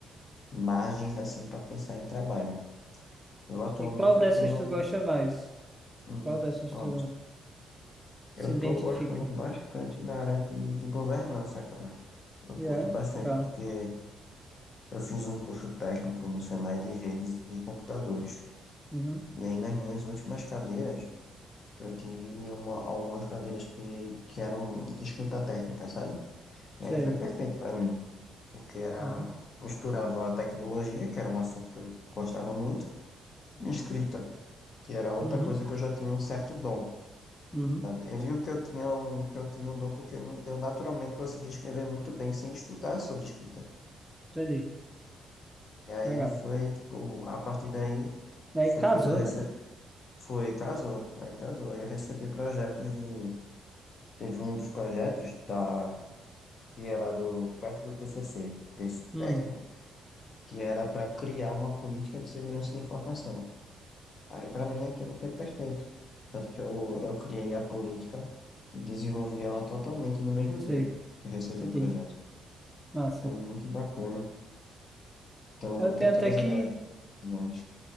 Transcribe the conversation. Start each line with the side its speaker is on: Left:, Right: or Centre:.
Left: margens assim para pensar em trabalho. Eu atualmente
Centre: E qual dessas
Left: eu tenho,
Centre: tu gosta mais?
Left: hum,
Centre: Qual dessas tu se
Left: Eu
Centre: identifica?
Left: tô gostando bastante da área de, de governança, cara. Eu
Centre: Yeah,
Left: curto bastante
Centre: legal.
Left: porque eu fiz um curso técnico no Senai de redes de computadores.
Centre: Uhum,
Left: E aí nas minhas últimas cadeiras, eu tive uma, algumas cadeiras que, que eram de escrita técnica, sabe?
Centre: sei.
Left: E aí foi perfeito para mim, porque era
Centre: Uhum,
Left: misturava a tecnologia, que era um assunto que eu gostava muito, e escrita, que era outra
Centre: uhum,
Left: coisa que eu já tinha um certo dom.
Centre: uhum.
Left: sabe? Eu digo que eu tinha um, que eu tinha um dom porque mu- eu naturalmente conseguia escrever muito bem sem estudar sobre escrita.
Centre: Entendi.
Left: E aí
Centre: Legal.
Left: foi, tipo, a partir daí
Centre: Aí
Left: foi
Centre: casou,
Left: quando eu recebi,
Centre: né?
Left: foi, casou, aí casou. Aí eu recebi projetos de, teve um dos projetos da, que era do, perto do TCC, desse
Centre: Hum,
Left: técnico, que era para criar uma política de segurança da informação. Aí para mim aquilo foi perfeito. Tanto que eu, eu criei a política e desenvolvi ela totalmente no mesmo
Centre: sei.
Left: dia que eu recebi
Centre: Entendi.
Left: o projeto.
Centre: Massa.
Left: Foi muito bacana. Então,
Centre: Eu tenho
Left: tem
Centre: até
Left: todas
Centre: que
Left: aquelas visões.